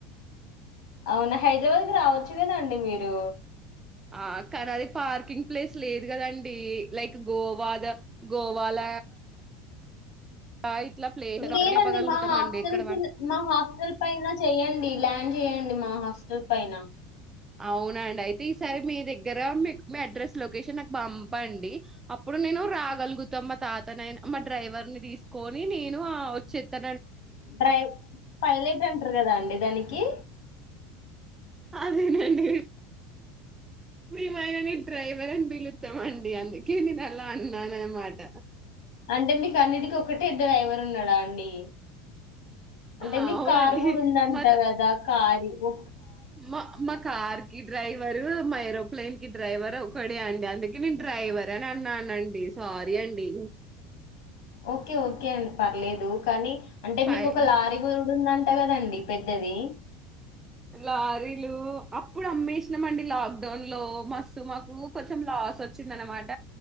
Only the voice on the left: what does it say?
అవునా హైదరాబాద్ కి రావచ్చు కదండి మీరు
లేదండి
మా హాస్టల్
మా హాస్టల్ పైన చెయ్యడి ల్యాండ్ చేయండి అడి మా హాస్టల్ పైన
డ్రై పైలట్ అంటారు కదా అండి దానికి
అంటే మీకు అన్నిటికి ఒకటే డ్రైవర్ ఉన్నాడా అండి అంటే
మీకు
కారు కూడా ఉందంటా
కదా కార్ వఓ
ఓకే ఓకే అండ్ పర్లేదు కానీ అంటే
మీకు ఒక లారీ కూడా ఉందంట కదండి పెద్దది